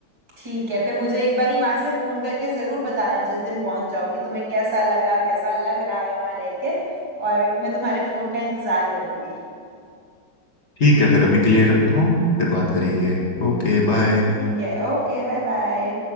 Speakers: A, on the right; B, on the left.
A: ठीक है फिर मुझे एक बारी वहां से फोन करके जरूर बताना जिस दिन पहुंच जाओ कि तुम्हें कैसा लगा कैसा लग रहा है वहां रह के और मैं तुम्हारे फोन का इंतजार करूंगी
B: ठीक है फिर अभी के लिए रखता हूँ फिर बात करेंगे Okay bye
A: ठीक है ओके बाय बाय